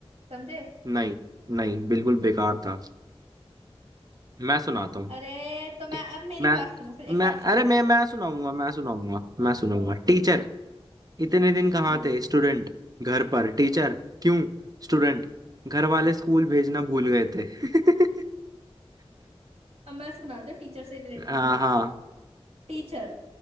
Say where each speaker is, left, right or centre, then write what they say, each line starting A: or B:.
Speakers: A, on the right; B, on the right.
A: समझे
B: नहीं नहीं बिल्कुल बेकार था मैं सुनाता हूँ
A: अरे तो मैं
B: टी-
A: अब मेरी
B: मैं
A: बात सुनो फिर एक
B: मैं
A: और सुनो
B: अरे
A: मेरा
B: मैं मैं सुनाऊंगा मैं सुनाऊंगा
A: हाँ
B: मैं सुनाऊंगा
A: सुनो
B: टीचर इतने दिन कहाँ
A: हम्म
B: थे स्टूडेंट घर पर टीचर क्यों स्टूडेंट घर वाले स्कूल भेजना भूल गए थे <laughs>
A: अब मैं सुनाती हूँ टीचर से रिलेटेड
B: हाँ
A: सुनाती
B: हाँ।
A: हूँ टीचर